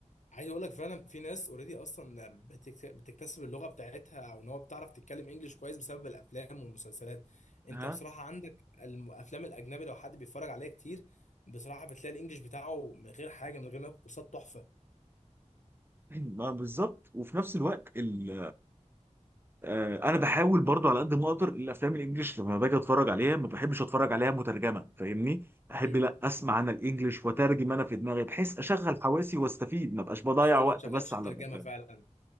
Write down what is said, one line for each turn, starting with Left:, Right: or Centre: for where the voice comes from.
Left: عايز اقول لك فعلا في ناس اوريدي اصلا بتكت- بتكتسب اللغه بتاعتها او ان هو بتعرف تتكلم انجليش كويس بسبب الافلام والمسلسلات انت
Right: ها
Left: بصراحه عندك الافلام الاجنبي لو حد بيتفرج عليها كتير بصراحه بتلاقي الانجليش بتاعه من غير حاجه من غير ما ياخد كورسات تحفه
Right: ما بالظبط وفي نفس الوقت ال... آه انا بحاول برضو على قد ما اقدر الافلام الانجليش لما باجي اتفرج عليها ما بحبش اتفرج عليها مترجمه فاهمني احب
Left: مم.
Right: لا اسمع انا الانجليش واترجم انا في دماغي بحيث اشغل حواسي واستفيد ما بقاش بضيع
Left: اي لو
Right: وقت
Left: ما تشغلش
Right: بس على
Left: الترجمه
Right: الافلام
Left: فعلا